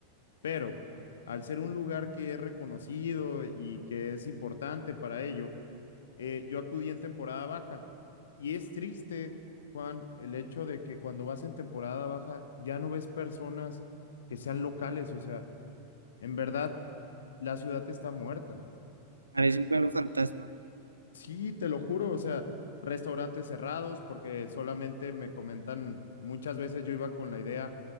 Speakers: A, on the left; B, on the right.
A: Pero al ser un lugar que es reconocido y que es importante para ello, eh, yo acudí en temporada baja. Y es triste, Juan, el hecho de que cuando vas en temporada baja ya no ves personas que sean locales. O sea, en verdad, la ciudad está muerta.
B: Parece un pueblo fantasma.
A: Sí, te lo juro, o sea, restaurantes cerrados, porque solamente me comentan, muchas veces yo iba con la idea